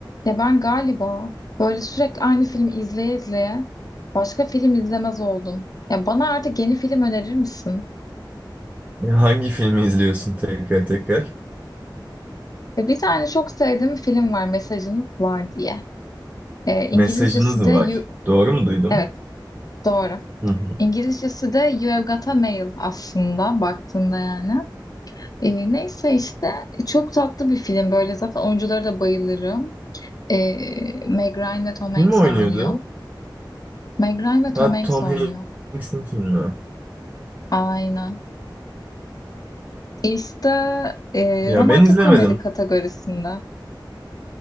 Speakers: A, on the left; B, on the right.
A: Ya ben galiba böyle sürekli aynı filmi izleye izleye başka film izlemez oldum. Ya bana artık yeni film önerir misin?
B: Hangi filmi izliyorsun tekrar tekrar?
A: Ve bir tane çok sevdiğim film var Mesajınız Var diye. Ee, İngilizcesi
B: Mesajınız
A: de
B: var.
A: You...
B: Doğru mu duydum?
A: Evet doğru.
B: Hı hı.
A: İngilizcesi de You Have Got a Mail aslında baktığında yani. Ee, neyse işte çok tatlı bir film böyle zaten oyunculara da bayılırım. Ee, Meg Ryan ve Tom Hanks
B: Kim oynuyordu?
A: oynuyor. Meg Ryan ve Tom
B: Ha
A: Hanks
B: Tom
A: oynuyor.
B: Hanks'in filmi.
A: Aynen. İşte e,
B: Ya
A: romantik
B: ben izlemedim.
A: komedi kategorisinde.